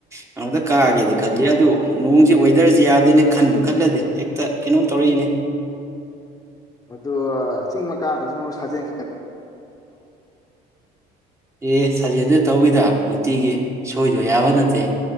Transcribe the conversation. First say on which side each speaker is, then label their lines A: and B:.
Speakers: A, on the right; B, on the left.
A: ꯀꯩꯅꯣꯝꯇ ꯀꯥꯒꯦꯗꯤ ꯈꯜꯂꯤ ꯑꯗꯨ ꯅꯣꯡꯁꯦ ꯋꯦꯗꯔꯁꯦ ꯌꯥꯗꯦꯅꯦ ꯈꯟꯕ ꯈꯜꯂꯗꯤ ꯍꯦꯛꯇ ꯀꯩꯅꯣꯝ ꯇꯧꯔꯛꯏꯅꯦ
B: ꯃꯗꯨ ꯆꯤꯡ ꯃ ꯀꯥꯗꯁꯨꯛ ꯁꯥꯖꯦꯜ ꯈ
A: ꯑꯦ ꯁꯥꯖꯦꯜꯗ ꯇꯧꯋꯤꯗ ꯅꯨꯡꯇꯤꯒꯤ ꯁꯣꯏꯗꯣꯏ ꯌꯥꯕ ꯅꯠꯇꯦ